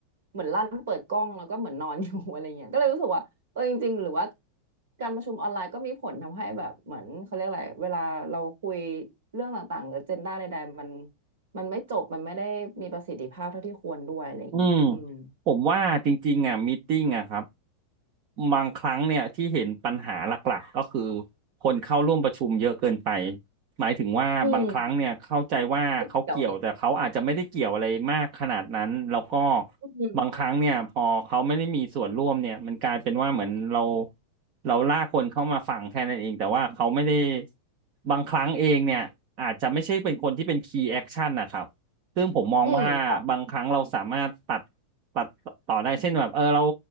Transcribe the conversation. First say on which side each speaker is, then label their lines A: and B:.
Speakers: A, on the right; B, on the right.
A: เหมือนลั่นเปิดกล้องแล้วก็เหมือนนอนอยู่ <laughs> อะไรเงี้ยก็เลยรู้สึกว่าเออจริงๆหรือว่าการประชุมออนไลน์ก็มีผลทำให้แบบเหมือนเขาเรียกอะไรเวลาเราคุยเรื่องต่างๆหรือเจนด้าใดๆมัน มันไม่จบ มันไม่ได้มีประสิทธิภาพเท่าที่ควรด้วยอะไรอย่างเงี้ย
B: อืม
A: อืม
B: ผมว่าจริงๆอ่ะมีตติ้งอ่ะครับบางครั้งเนี่ยที่เห็นปัญหาหลักๆก็คือคนเข้าร่วมประชุมเยอะเกินไปหมายถึงว่าบางครั้งเนี่ยเข้าใจว่าเขาเกี่ยวแต่เขาอาจจะไม่ได้เกี่ยวอะไรมากขนาดนั้นแล้วก็
A: อืมไม่เกี่ยวเลยอืม
B: บางครั้งเนี่ยพอเขาไม่ได้มีส่วนร่วมเนี่ยมันกลายเป็นว่าเหมือนเราเราลากคนเข้ามาฟังแค่นั้นเองแต่ว่าเขาไม่ได้บางครั้งเองเนี่ยอาจจะไม่ใช่เป็นคนที่เป็นคีย์แอคชั่นนะครับ ซึ่งผมมองว่าบางครั้งเราสามารถตัด
A: อืม ค่ะ
B: ตัดต่อได้เช่นแบบเออเรา